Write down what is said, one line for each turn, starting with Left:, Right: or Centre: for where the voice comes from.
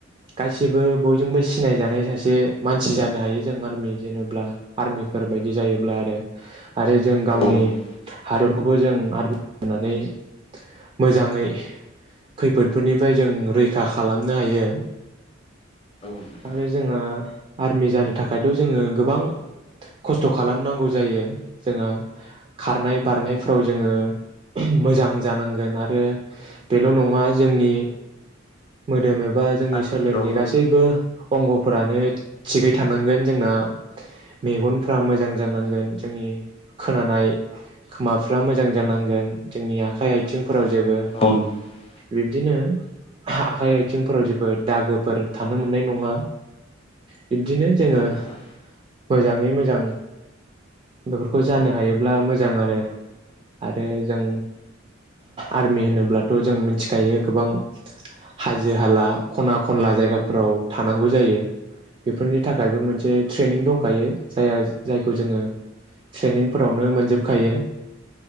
Right: गासिबो बयजोंबो सिनायजानाय सासे मानसि जानो हायो जों आर्मि जेनोब्ला आर्मिफोर बायदि जायोब्ला आरो आरो जों गावनि
Left: औ औ
Right: हादरखौबो जों आरमि <inaudible> नानै मोजां ङै खैफोदफोरनिफ्राय जों रैखा खालामनो हायो
Left: नोंथां
Right: आरो जोङो आर्मि जानो थाखायथ' जोङो गोबां खस्थ' खालामनांगौ जायो जोङा खारनाय बारनायफ्राव जोङो मोजां जानांगोन आरो बेल' नङा जोंनि मोदोम ए बा जोंनि
Left: आनजादफ्रावबो
Right: सोलेरनि गासैबो अंग फोरानो थिगै थानांगोन जोंना मेगनफ्रा मोजां जानांगोन जोंनि खोनानाय खोमाफ्रा मोजां जानांगोन जोंनि आखाइ आथिंफोराव जेबो
Left: <inaudible>
Right: बिब्दिनो आखाइ आथिंफोराव जेबो दागोफोर थानो मोननाय नङा बिब्दिनो जोङो
Left: औ नोंथां
Right: मोजाङै मोज <unintelligible> बेफोरखौ जानो हायोब्ला मोजां आरो आरो जों आर्मि होनोब्ला थ जों मिनथिखायो गोबां हाजो हाला खना खनला जायगाफोराव थानांगौ जायो बेफोरनि थाखायबो मोन से ट्रेनिं दंखायो जाया जायखौ जोङो ट्रेनिंफोरावनो मोनजोबखायो